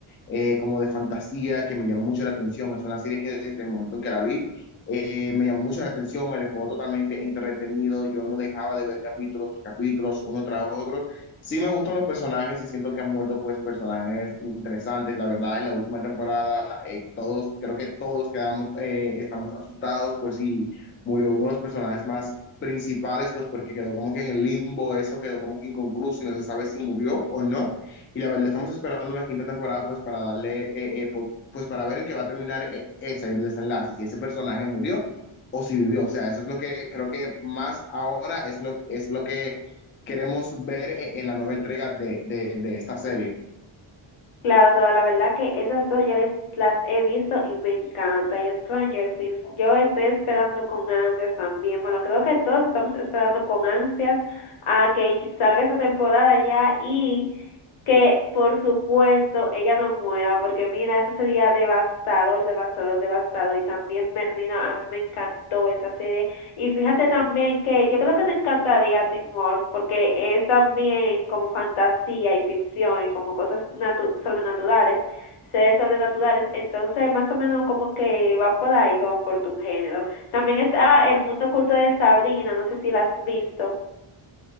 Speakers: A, on the left; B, on the left.
A: eh, como de fantasía, que me llama mucho la atención. Es una serie que desde el momento en que la vi eh, me llamó mucho la atención, me dejó totalmente entretenido. Yo no dejaba de ver capítulos tras capítulos, uno tras otro. Sí me gustan los personajes y siento que han muerto pues personajes interesantes. La verdad, en la última temporada eh, todos, creo que todos quedamos, eh, estamos asustados por si murió uno de los personajes más principales, pues porque quedó como que en el limbo, eso quedó como que inconcluso y no se sabe si murió o no. Y la verdad, estamos esperando la quinta temporada pues para darle, eh, eh, po- pues para ver en qué va a terminar eh, ese el desenlace, si ese personaje murió o si vivió. O sea, eso es lo que creo que más ahora es lo, es lo que queremos ver e-, en, la nueva entrega de, de, de esta serie.
B: Claro, claro, la verdad que esas dos yo les, las he visto y me encanta. Y Stranger Things, yo estoy esperando con ansias también. Bueno, creo que todos estamos esperando con ansias a que salga esa temporada ya y que por supuesto ella no muera, porque mira, eso sería devastador, devastador, devastador. Y también Bernina, a mí me encantó esa serie. Y fíjate también que yo creo que te encantaría Teen Wolf, porque es también como fantasía y ficción y como cosas natu sobrenaturales, seres sobrenaturales. Entonces, más o menos como que va por ahí, como por tu género. También está El Mundo Oculto de Sabrina, no sé si la has visto.